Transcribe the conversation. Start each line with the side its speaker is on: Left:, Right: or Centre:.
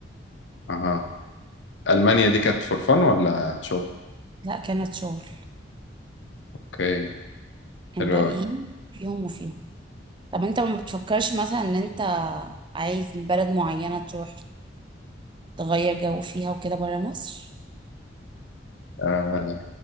Left: اها المانيا دي كانت فور فن ولا شغل
Right: لا كانت شغل
Left: اوكي
Right: الباقيين
Left: حلو قوي
Right: فيهم وفيهم طب انت ما بتفكرش مثلا ان انت عايز بلد معينة تروح تغير جو فيها وكده برا مصر
Left: آه